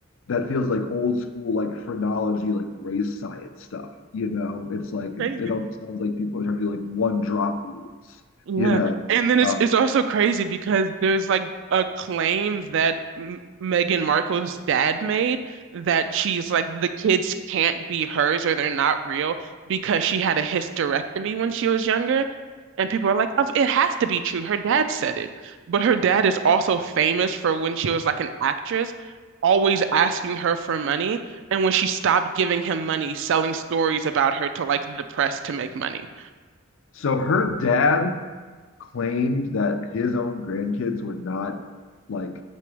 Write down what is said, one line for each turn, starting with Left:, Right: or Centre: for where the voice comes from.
Left: that feels like old school, like phrenology, like race science stuff. You know, it's like
Right: <laughs> Crazy.
Left: it, it almost sounds like people are trying to do like one drop rules.
Right: Yeah.
Left: You know,
Right: And then it's
Left: um,
Right: it's also crazy because there's like a claim that M Meghan Markle's dad made that she's like the kids can't be hers or they're not real because she had a hysterectomy when she was younger. And people are like, "Oh, it has to be true. Her dad said it. But her dad is also famous for when she was like an actress, always asking her for money. And when she stopped giving him money, selling stories about her to like the press to make money.
Left: so her dad claimed that his own grandkids were not like